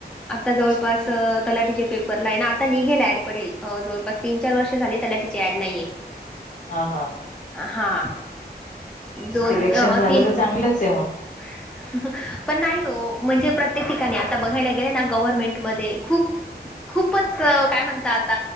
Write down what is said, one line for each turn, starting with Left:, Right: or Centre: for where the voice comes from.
Centre: आता जवळपास
Left: अच्छा
Centre: तलाठीचे पे पर नाय ना आता निघेल ऍड पडेल, जवळपास तीन चार वर्ष झाले तलाठीची ऍड नाहीये.
Left: हा हा
Centre: हा,
Left: सिलेक्शन
Centre: दोन अ
Left: झालं
Centre: तीन
Left: तर चांगलंच आहे मग.
Centre: <unintelligible> पण नाही हो, म्हणजे प्रत्येक ठिकाणी आता बघायला गेलं ना, गव्हर्नमेंटमध्ये खूप खूपच काय म्हणतात,